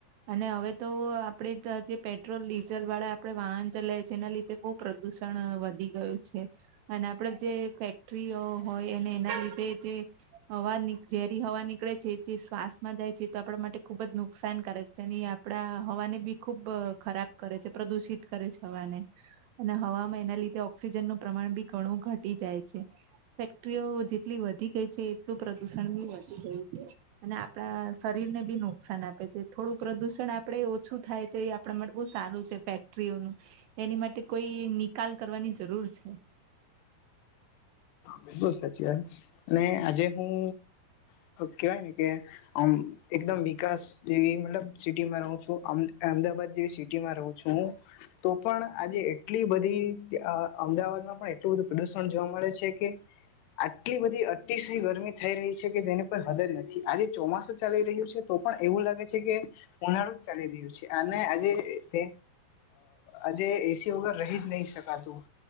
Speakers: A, on the right; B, on the left.
A: અને હવે તો આપણેે જે પેટ્રોલ ડીઝલ વાળા આપડે વાહન ચલાય છે એના લીધે બ પ્રદુષણ વધી ગયું છે અને આપડે જે ફેક્ટરીઓ હોય અને એના લીધે જે હવા ઝેરી હવા નીકળે છે જે શ્વાસમાં જાય છે તો આપણા માટે ખુબ જ નુકસાનકારક જેની આપડા હવાને બી ખુબ ખરાબ કરે છે પ્રદુષિત કરે છે હવાને અને હવામાં એના લીધે ઓક્સિજન નું પ્રમાણ બી ઘણું ઘટી જાય છે ક્રીઓ જેટલી વધી ગઈ છે એટલું પ્રદુષણ બી વધી ગયું છે અને આપડા શરીરને બી નુકસાન આપે છે થોડું પ્રદુષણ આપણે ઓછું થાય તો એ આપણા માટે બહુ સારું છે ફેક્ટરીઓનું એની માટે કોઈ નિકાલ કરવાની જરૂર છે
B: બિલકુલ સાચી વાત આજે હું કેવાય ને કે અમ એકદમ વિકાસ જેવી મતલબ સિટીમાં રહું છું અમદાવાાદ જેવી સિટીમાં રહ છું હું તો પણ આજે એટલી બધી અમદાવાદમાં પણ એટલું બધું પ્રદુષણ જોવા મળે છે કે આટલી બધી અતિશય ગરમી થઈ રહી છે કે જેને કોઈ હદર નથી આજે ચોમાસું ચાલી રહ્યું છે તો પણ એવું લાગે છે કે ઉનાળું જ ચાલી રહ્યું છે અને આજે તે આજે એસી વગર રહી જ નહી શકાતું